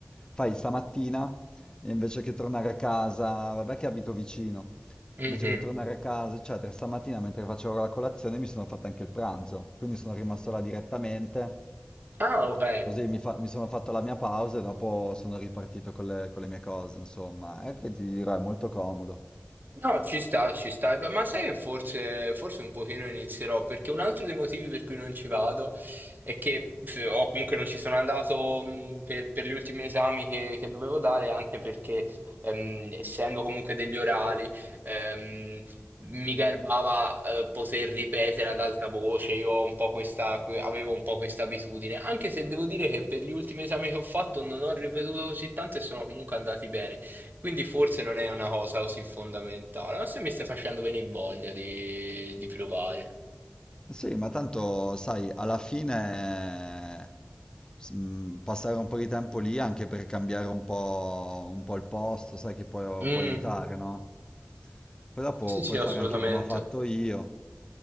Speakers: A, on the left; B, on the right.
A: fai stamattina e invece che tornare a casa, vabbè che abito vicino,
B: mhm.
A: invece che tornare a casa, eccetera, stamattina mentre facevo la colazione mi sono fatto anche il pranzo, quindi sono rimasto là direttamente
B: Ah, ok.
A: Così mi, fa- mi sono fatto la mia pausa e dopo sono ripartito con le, con le mie cose, insomma, è che ti dirò, è molto comodo.
B: No, ci sta, ci sta, Eh, ma sai che forse, forse un pochino inizierò, perché un altro dei motivi per cui non ci vado è che, f- o comunque non ci sono andato mh, per, per gli ultimi esami che, che dovevo dare, anche perché ehm, essendo comunque degli orali, ehm, mi garbava eh, poter ripetere ad alta voce, io ho un po' questa, que- avevo un po' questa abitudine, anche se devo dire che per gli ultimi esami che ho fatto non ho ripetuto così tanto e sono comunque andati bene. Quindi forse non è una cosa così fondamentale, ma se mi stai facendo venire voglia di, di provare.
A: Sì, ma tanto, sai, alla fine s- mh, passare un po' di tempo lì anche per cambiare un po', un po' il posto, sai che può,
B: Mm,
A: può aiutare, no? Poi dopo
B: sì, sì,
A: puoi
B: assolutamente.
A: fare anche come ho fatto io